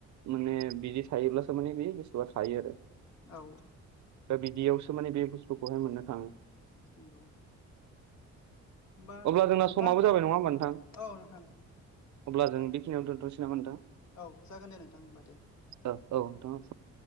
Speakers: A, on the right (about 70°); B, on the left (about 65°).
A: माने बिदि थायोब्लासो माने बे बुस्थुआ थायो आरो।
B: औ।
A: दा बिदियावसो माने बे बुस्थुखौहाय मोननो थाङो।
B: नंगौ। होमबा
A: अब्ला जोंना
B: नोंथां
A: समाबो जाबाय नङा होमबा नोंथां?
B: औ नोंथां
A: अब्ला जों बेखिनियाव दोनथ'नोसै नामा नोंथां?
B: औ जागोन दे नोंथां होमबा दे।
A: ओ औ नोंथां <unintelligible>